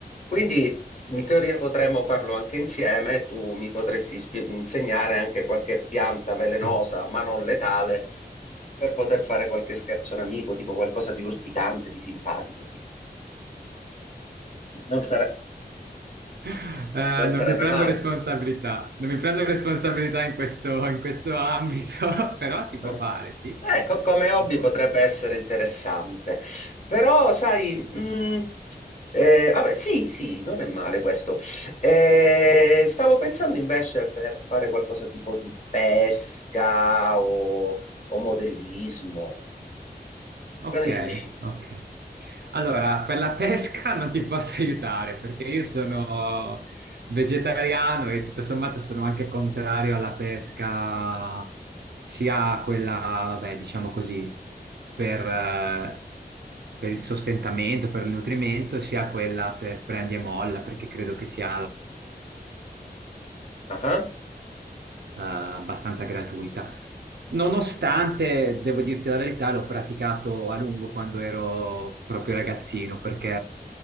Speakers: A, on the left; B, on the right.
A: Quindi in
B: E-
A: teoria potremmo farlo anche insieme, tu mi potresti spie- insegnare anche qualche pianta velenosa,
B: esatto.
A: ma non letale, per poter fare qualche scherzo a un amico, tipo qualcosa di urticante, di simpatico. di- Non sare-
B: Eh,
A: non sarebbe
B: non mi prendo
A: male.
B: responsabilità, non mi prendo responsabilità in questo, in questo ambito, <laughs> però si
A: Ma-
B: può fare, sì.
A: Ecco, come
B: Si
A: hobby
B: può.
A: potrebbe essere interessante, però sai, mh, eh, vabbè, sì, sì, non è male questo. Eh, stavo pensando invece per fare qualcosa tipo di pesca o, o modellismo,
B: Ok,
A: che ne dici?
B: ok. Allora, per la pesca <laughs> non ti posso aiutare perché io sono vegetariano e tutto sommato sono anche contrario alla pesca, sia quella, vabbè, diciamo così, per, eh, per il sostentamento, per il nutrimento, sia quella per prendi e molla, perché credo che sia
A: Ah,
B: eh, abbastanza gratuita. Nonostante, devo dirti la verità, l'ho praticato a lungo quando ero proprio ragazzino, perché